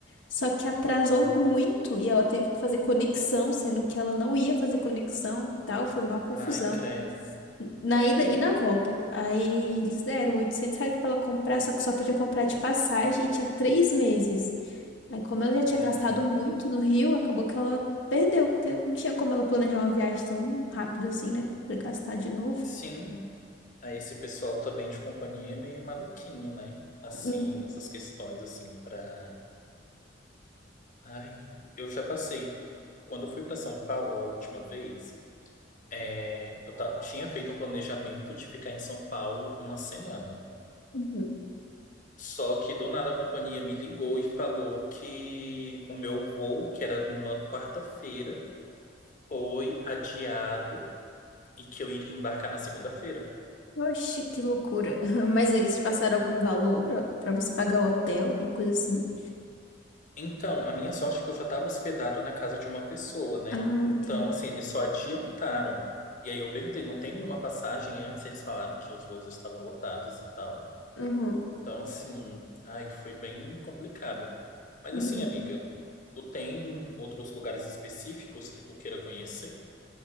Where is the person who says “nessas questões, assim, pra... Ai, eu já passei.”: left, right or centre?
Left